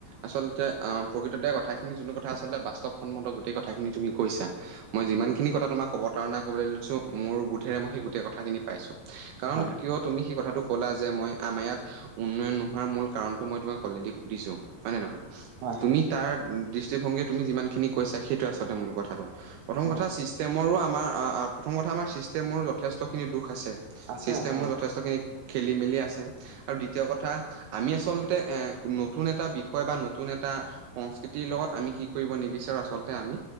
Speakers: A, on the right; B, on the right.
A: আচলতে আহ প্ৰকৃততে কথাখিনি যোনটো কথা আচলতে বাস্তৱসন্মত গোটেই কথাখিনি তুমি কৈছা। মই যিমানখিনিথা
B: উম উম
A: তোমাক ক'ব কাৰণে ক'লৈ লৈছোঁ মোৰ বোধেৰেইেই গোটেই কথাখিনি পাইছোঁ। কাৰণ
B: হয়
A: কিয় তুমি সেই কথাটো ক'লা যে মই আমাৰ ইয়াত উন্নয়ন নোহোৱাৰ মূল কাৰণটো মই তোমাক। অলৰেদি সুধিছো হয় নে নহয়
B: হয় হয়
A: তুমি। তাৰ দৃষ্টিভংগী তুমি যিমান খিনি কৈছা সেইটো আচলতে মূল কথাটো। প্ৰথম
B: অ
A: কথা চিষ্টেমৰো আমাৰ অ, অ, অ, প্ৰথম কথা আমাৰ চিষ্টেমৰো যথেষ্টখিনি দুখ আছে।
B: আছে
A: ছিষ্টেমৰ
B: আছে অ
A: যথেষ্টখিনি খেলি মেলি আছে আৰু দ্বিতীয় কথা আমি আচলতে এ - নতুন এটা বিষয় বা নতুন এটা সংস্কৃতিৰ লগত আমি কি কৰিব নিবিচাৰো আচলতে আমি।